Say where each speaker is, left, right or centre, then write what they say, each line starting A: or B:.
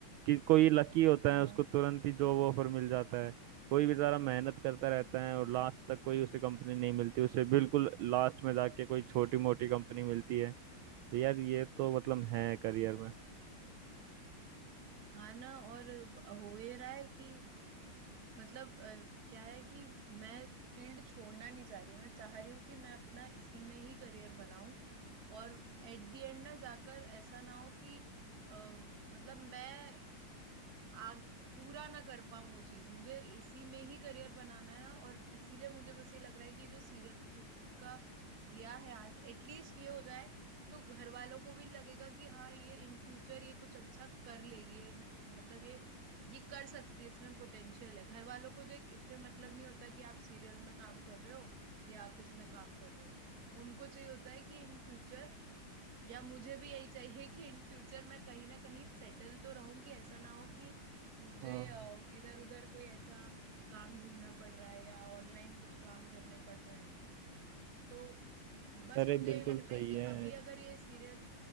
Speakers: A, on the right; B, on the right.
A: कि कोई लकी होता
B: हाँ
A: है उसको तुरंत ही जॉब ऑफर मिल जाता है कोई बेचारा मेहनत करता रहता है और लास्ट तक कोई उसे कंपनी नहीं मिलती उसे बिल्कुल लास्ट में जाके कोई छोटी मोटी कंपनी मिलती है तो यार ये तो मतलब है करियर में
B: हाँ ना और ब- हो ये रहा है कि मतलब अ, क्या है कि मैं फील्ड छोड़ना नहीं चाह रही मैं चाह रही हूँ कि मैं अपना इसी में ही करियर बनाऊं और एट द एंड ना जाकर ऐसा ना हो कि अ, मतलब मैं आग पूरा ना कर पाऊं वो चीज मुझे इसी में ही करियर बनाना है और इसीलिए मुझे बस ये लग रहा है कि ये जो सीरियल का दिया है आज एटलीस्ट ये हो जाए तो घर वालों को भी लगेगा कि हाँ ये इन फ्यूचर ये कुछ अच्छा कर लेगी ये मतलब ये ये कर सकती है इसमें पोटेंशियल है घर वालों को देख इससे मतलब नहीं होता कि आप सीरियल में काम कर रहे हो या किस में काम कर रहे हो उनको चाहिए होता है कि इन फ्यूचर या मुझे भी यही चाहिए कि इन फ्यूचर मैं कहीं ना कहीं सेटल तो रहूं कि ऐसा ना हो कि मुझे
A: हाँ
B: इधर उधर कोई ऐसा काम ढूंढना पड़ रहा है या ऑनलाइन कुछ काम करने पड़ रहे हैं तो बस
A: अरे
B: मुझे
A: बिल्कुल
B: ये लग रहा
A: सही
B: है कि
A: है
B: अभी अगर ये सीरियल